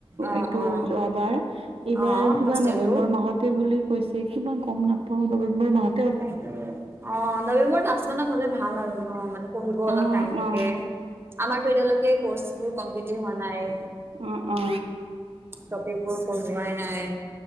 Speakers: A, on the right; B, on the right.
A: অ
B: এইটো
A: অ।
B: যোৱাবাৰ এইবাৰ
A: অ
B: কিবা
A: ফাৰ্ষ্ট ইয়েৰটো
B: নৱেম্বৰ মাহতে বুলি, কৈছে, ইমান গম নাপাও নৱেম্বৰ মাহত,
A: ত অ নৱেম্বৰ লাষ্ট মানত হলে ভাল আৰু ন মানে পঢ়িব অলপ
B: অ
A: টাইম থাকে।
B: অ
A: আমাৰতো এতিয়ালৈকে কৰ্চ বোৰ কমপ্লিট হোৱা নাই।
B: অ অ
A: কপিবোৰ পোঢ়োৱাই নাই।